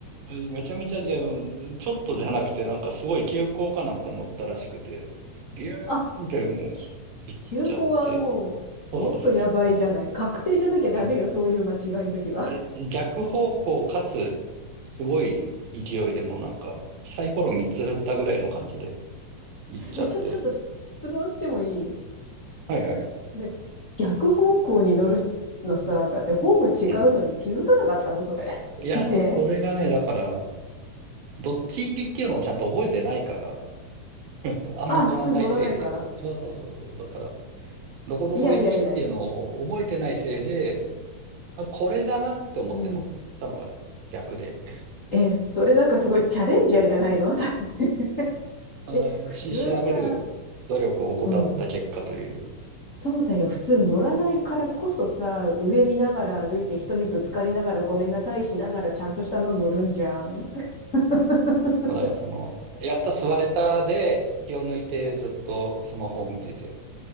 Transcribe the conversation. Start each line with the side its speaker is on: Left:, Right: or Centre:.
Right: めちゃめちゃ、いや、うんちょっとじゃなくて、なんかすごい急行かなんか乗ったらしくて、ビューンってもう、
Left: あ、き休校はもう、
Right: 行っちゃって。そうそうそうそ
Left: もっとやばいじゃない。確定じゃなきゃダメよ、
Right: う。はい
Left: そういう間違いの時は。
Right: え、逆方向かつ、すごい勢いでもうなんか、サイコロ3つ振ったぐらいの感じで行っちゃって。
Left: で、ちょ、<laughs> ちょっとし質問してもいい
Right: はいはい。
Left: で、逆方向に乗るのさ、だってホーム違うのに気づかなかったの、
Right: うん
Left: それ。
Right: いや、
Left: <laughs> ねえ。
Right: それがね、だから、どっち行きっていうのをちゃんと覚えてないから、<laughs> あんま乗らないせいで、
Left: あ、普通乗らないから。
Right: そうそうそうそう、だから、どこどこ行きっていうのを覚えてないせいで、
Left: いやいやいや、
Right: あ、これだなって思って乗ったのが逆で、
Left: うん。え、それなんかすごいチャレンジャーじゃないの <laughs> だって。<laughs>
Right: <laughs> あの、
Left: え、普通さ、
Right: し、調べる努力を怠った結果という、
Left: うん。そうだよ。普通乗らないからこそさ、上見ながら歩いて人にぶつかりながらごめんなさいしながらちゃんとしたの乗るんじゃん。<laughs>
Right: だからその、やった座れたで気を抜いてずっとスマホを見てて、